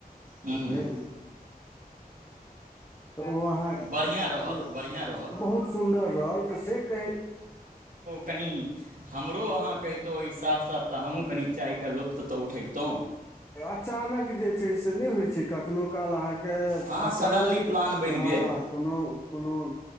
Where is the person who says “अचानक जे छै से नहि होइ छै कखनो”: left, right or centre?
Left